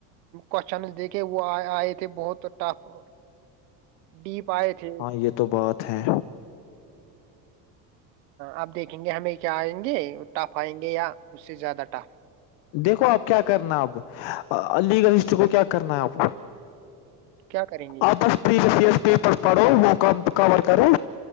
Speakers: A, on the right (about 85°); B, on the left (about 65°).
A: کوشچنس دیکھے وہ آئے تھے بہت ٹف ڈیپ آئے تھے
B: ہاں یہ تو بات ہے
A: آپ دیکھیں گے ہمیں کیا آئیں گے ٹف آئیں گے یا اس سے زیادہ ٹف
B: دیکھو اب کیا کرنا اب لیگل ہسٹری کو کیا کرنا ہے آپ
A: کیا کریں گے
B: آپس پری وسس پیپ پر پڑھو وہ ک کبر کرو